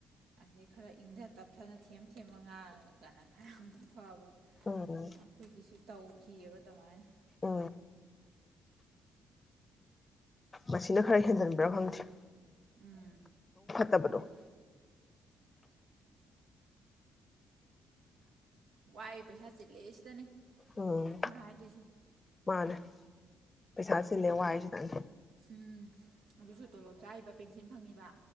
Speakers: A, on the right; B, on the left.
A: ꯑꯗꯩ ꯈꯔ ꯏꯪꯊ ꯇꯞꯊꯅ ꯊꯦꯝ ꯊꯦꯝꯃ ꯉꯥꯡꯉꯒꯅ ꯈꯔ ꯑꯝꯇ ꯐꯕ
B: ꯎꯝ
A: ꯑꯩꯈꯣꯏꯒꯤꯁꯨ ꯇꯧꯈꯤꯑꯕ ꯑꯗꯨꯃꯥꯏꯅ
B: ꯎ ꯃꯁꯤꯅ ꯈꯔ ꯍꯦꯟꯖꯤꯟꯕ꯭ꯔꯥ ꯐꯪꯗ꯭ꯦ
A: ꯎꯝ
B: ꯇꯕꯗꯣ
A: ꯋꯥꯏ ꯄꯩꯁꯥ ꯆꯤꯜꯂꯦ ꯁꯤꯗꯅꯤ
B: ꯎꯝ
A: ꯃꯍꯥꯏꯗꯁ
B: ꯃꯥꯅꯦ ꯄꯩꯁꯥ ꯆꯤꯜꯂꯦ ꯋꯥꯁꯤꯗꯪꯅꯤ
A: ꯎꯝ ꯑꯗꯨꯁꯨ ꯇꯣꯂꯣꯞ ꯆꯥꯔꯤꯕ ꯄꯦꯟꯁꯤꯜ ꯐꯪꯉꯤꯕ